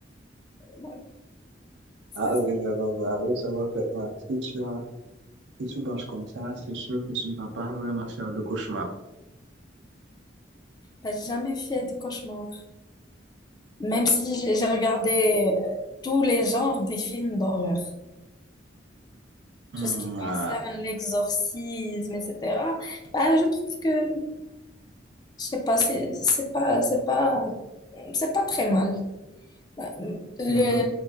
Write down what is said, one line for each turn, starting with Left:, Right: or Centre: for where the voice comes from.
Left: <laughs> Donc, ça,
Right: Ah
Left: c'est-
Right: oui, je comprends. Oui, ça va parfaitement. Si tu as, si tu penses comme ça, c'est sûr que tu ne vas pas vraiment faire de cauchemar.
Left: J'ai jamais fait de cauchemar. Même si j'ai j'ai regardé euh, tous les genres des films d'horreur.
Right: Hmm,
Left: Tout ce qui concerne
Right: ah.
Left: l'exorcisme, etc. Bah, je trouve que, je sais pas, c'est c'est pas, c'est pas, c'est pas très mal. Bah, Le,
Right: Mhm.